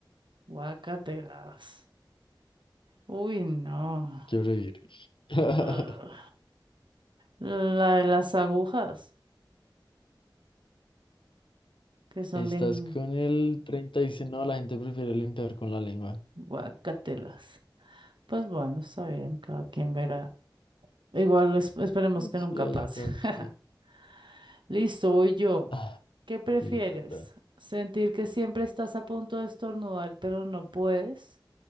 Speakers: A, on the right; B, on the left.
A: Guacatelas. Uy, no.
B: ¿Qué prefieres? <laughs>
A: Ugh. La de las agujas, que son
B: Estás
A: bien
B: con el 36. No, la gente prefiere limpiar con la lengua.
A: Guacatelas. Pues bueno, está bien, cada quien verá. Igual es- esperemos
B: Ay,
A: que
B: Sí,
A: nunca
B: allá
A: pase.
B: acá quien.
A: <laughs> Listo, voy yo.
B: Ah,
A: ¿Qué prefieres?
B: sí, tata.
A: ¿Sentir que siempre estás a punto de estornudar, pero no puedes?